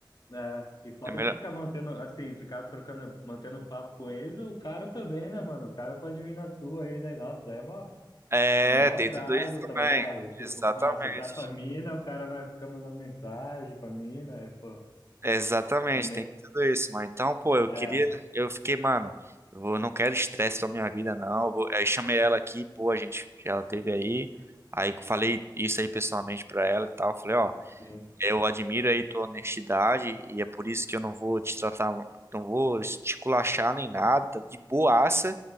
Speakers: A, on the left; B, on the right.
A: né? E foda
B: é melhor.
A: que ficar mantendo, assim, ficar trocando, mantendo papo com eles, o cara também, né, mano? O cara pode vir na sua aí, daí, nossa, daí é mó,
B: É,
A: é mó
B: tem
A: atraso,
B: tudo isso também.
A: tá ligado? Tipo,
B: Exatamente.
A: pá, você tá com a mina, o cara vai ficar mandando mensagem pra mina, é, pô,
B: Exatamente,
A: é me...
B: tem tudo isso, mas então, pô, eu
A: É,
B: queria, eu fiquei, mano, eu vou- não quero estresse pra minha vida, não. eu vou- aí chamei ela aqui, pô, a gente, ela teve aí, aí eu falei isso aí pessoalmente pra ela e tal. Falei, ó,
A: sim,
B: eu admiro aí tua honestidade e é por isso que eu não vou te tratar, não vou te culachar nem nada, tá de boaça,